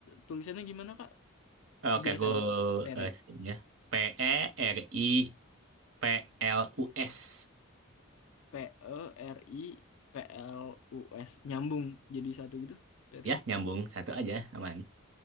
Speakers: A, on the left; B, on the right.
A: tulisannya gimana, Kak?
B: Eh, Oke,
A: Biasa
B: aku
A: aja. Peri.
B: eh, sini ya. P E R I P L U S.
A: P E R I P L U S. Nyambung jadi satu gitu. Peri.
B: Ya, nyambung satu aja, aman.